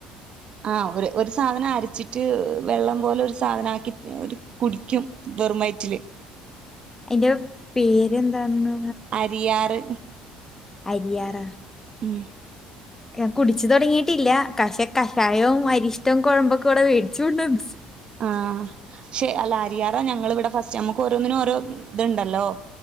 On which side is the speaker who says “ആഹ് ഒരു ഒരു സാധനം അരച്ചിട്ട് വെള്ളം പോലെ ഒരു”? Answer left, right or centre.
Right